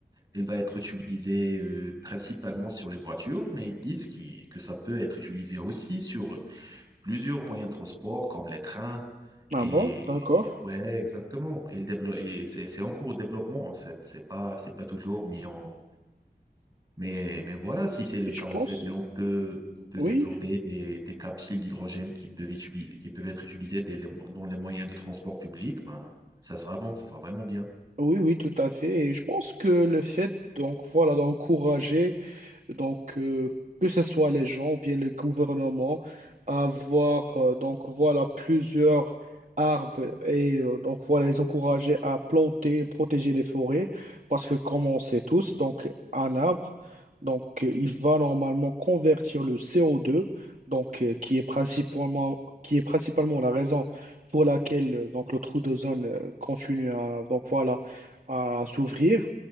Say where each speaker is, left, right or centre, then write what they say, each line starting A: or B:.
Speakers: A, on the right; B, on the right.
A: Il va être utilisé euh, principalement sur les voitures, mais ils disent qu'il- que ça peut être utilisé aussi sur plusieurs moyens de transport comme les trains.
B: Ah
A: Et
B: bon, d'accord.
A: et- ouais, exactement. Il développe, c'est c'est en cours de développement en fait. C'est pas, c'est pas toujours mis en, mais, mais voilà, si c'est le
B: Je
A: cas, en
B: pense.
A: fait, et on peut, on peut
B: Oui,
A: développer des, des capsules d'hydrogène qui peuvent utiliser, qui peuvent être utilisées des- les mo- dans les moyens de transport public, ben, ça sera bon, ça sera vraiment bien.
B: oui, oui, tout à fait. Et je pense que le fait, donc voilà, d'encourager Donc, euh, que ce soit les gens ou bien le gouvernement, avoir euh, donc voilà plusieurs arbres et euh, donc voilà les encourager à planter et protéger les forêts parce que comme on sait tous, donc un arbre, donc euh, il va normalement convertir le CO2, donc euh, qui est principalement qui est principalement la raison pour laquelle euh, donc le trou d'ozone euh, continue à donc voilà à s'ouvrir.